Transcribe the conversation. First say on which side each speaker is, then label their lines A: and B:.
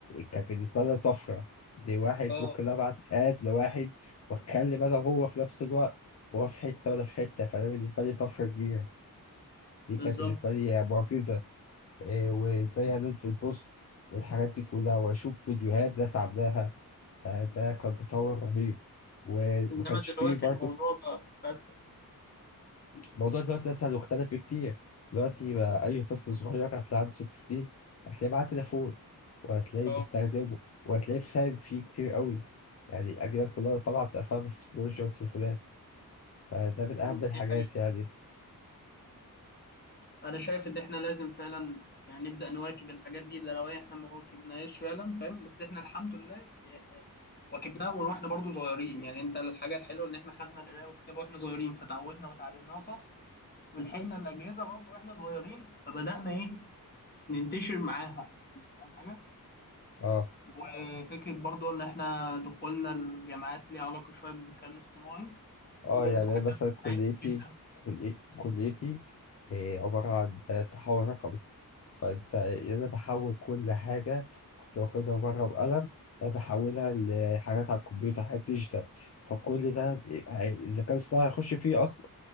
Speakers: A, on the left (about 45°); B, on the left (about 25°).
A: كان بالنسبة لنا طفرة دي واحد
B: اه
A: ممكن أبعت آد لواحد وخلي بقى هو في نفس الوقت هو في حتة وأنا في حتة فده بالنسبة لي طفرة كبيرة دي
B: بالظبط
A: كانت بالنسبة لي معجزة إيه وإزاي أنزل بوست والحاجات دي كلها وأشوف فيديوهات ناس عاملاها فده كان تطور رهيب وما
B: انما
A: كانش
B: دلوقتي
A: فيه برضه
B: الموضوع بقى بقى اسهل
A: الموضوع دلوقتي لسه مختلف كتير دلوقتي بقى أي طفل صغير هتلاقي عنده ست سنين هتلاقيه معاه تليفون وهتلاقيه
B: اه
A: بيستخدمه وهتلاقيه فاهم فيه كتير قوي يعني الأجيال كلها طبعا بتبقى فاهمة في التكنولوجيا والتليفونات فده من
B: مم،
A: أهم الحاجات
B: دي حقيقة
A: يعني
B: انا شايف ان احنا لازم فعلا يعني نبدأ نواكب الحاجات دي ده لو احنا ما واكبناهاش فعلا فاهم بس احنا الحمد لله إيه إيه، واكبناها من واحنا برضو صغيرين يعني انت الحاجة الحلوة ان احنا خدنا القراية والكتابة واحنا صغيرين فتعودنا وتعلمناها صح ولحقنا الأجهزة برضو واحنا صغيرين فبدأنا ايه ننتشر معاها فاهم حاجة
A: اه
B: وفكرة برضو ان احنا دخولنا الجامعات ليها علاقة شوية بالذكاء الاصطناعي دي
A: اه
B: برضو
A: يعني
B: حاجة
A: أنا مثلا كليتي
B: مهمة جدا
A: كلي- كليتي إيه عبارة عن آه، تحول رقمي فانت إيه، انا بحول كل حاجة كنت واخدها بره بقلم انا بحولها لحاجات على الكمبيوتر حاجات ديجيتال فكل ده إيه، هي- الذكاء الاصطناعي هيخش فيه اصلا